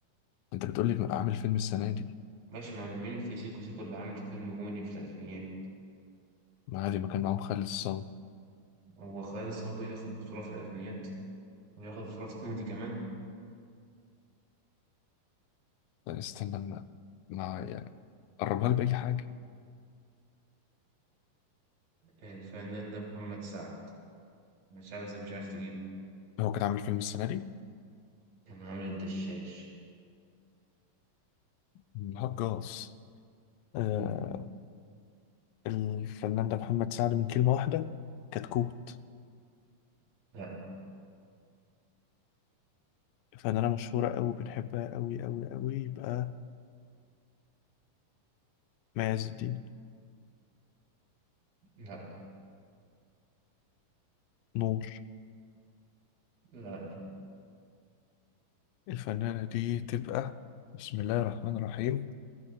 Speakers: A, on the left; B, on the right.
A: أنت بتقول لي عامل فيلم السنة دي
B: ماشي مع مين في سيكو سيكو اللي عامل فيلم كوميدي في الألفينيات
A: ما عادي ما كان معاهم خالد الصاوي
B: هو خالد صبري ياخد بطولة في الألفينيات وياخد بطولة في كوميدي كمان
A: لا، استنى ما ما يعني قربها لي بأي حاجة
B: الفنان ده محمد سعد مش عارف إزاي مش عارف تجيبه
A: هو كان عامل فيلم السنة دي؟
B: كان عامل الدشاش
A: الهجاص آه،
B: مم.
A: الفنان ده محمد سعد من كلمة واحدة كتكوت
B: لا
A: فنانة مشهورة أوي بنحبها أوي أوي أوي يبقى مي عز الدين
B: لا
A: نور
B: لا
A: الفنانة دي تبقى بسم الله الرحمن الرحيم